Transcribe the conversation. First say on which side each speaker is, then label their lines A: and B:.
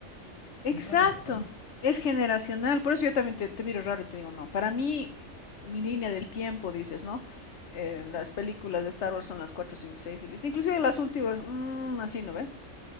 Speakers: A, on the left; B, on the left.
A: Exacto,
B: Tienes toda la razón.
A: es generacional. Por eso yo también te, te miro raro y te digo, no, para mí, mi línea del tiempo, dices, ¿no? Eh, las películas de Star Wars son las 4, 5, 6 y listo. Inclusive las últimas, mm, así, ¿no ve?